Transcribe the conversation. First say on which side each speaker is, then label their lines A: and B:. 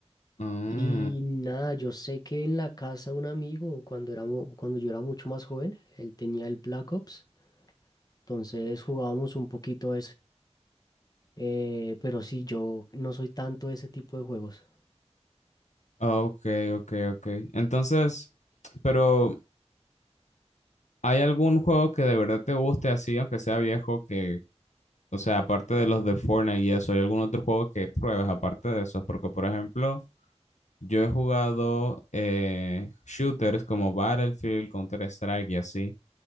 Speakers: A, on the left; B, on the left.
A: Mm,
B: Y nada, yo sé que en la casa de un amigo, cuando era, mu- cuando yo era mucho más joven, él tenía el Black Ops. Entonces jugábamos un poquito Eh, pero sí, yo no soy tanto de ese tipo de juegos.
A: ok, ok, ok. Entonces, pero... ¿Hay algún juego que de verdad te guste así, aunque sea viejo, que, o sea, aparte de los de Fortnite y eso, hay algún otro juego que pruebes aparte de esos? Porque, por ejemplo, yo he jugado eh, shooters como Battlefield, Counter-Strike y así,